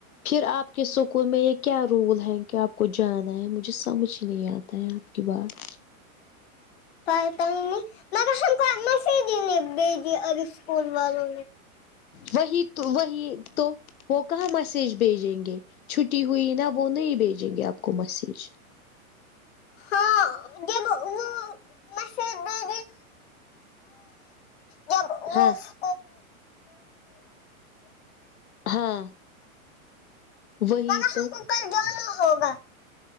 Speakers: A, on the left; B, on the left.
A: پھر آپ کے سکول میں یہ کیا رول ہیں کہ آپ کو جانا ہے مجھے سمجھ ہی نہیں آتا ہے آپ کے بعد
B: کیا کرینگے مگر ہم کو میسج ہی نہیں بھیجی اب سکول والوں نے
A: وہی تو وہی تو وہ کہاں میسج بھیجیں گے چھٹی ہوئی نا وہ نہیں بھیجیں گے آپ کو مسیج
B: ہاں دیکھو وہ مسیج بھے جب اوس
A: ہاں ہاں وہی
B: مگر
A: تو
B: ہم کو کل جانا ہوگا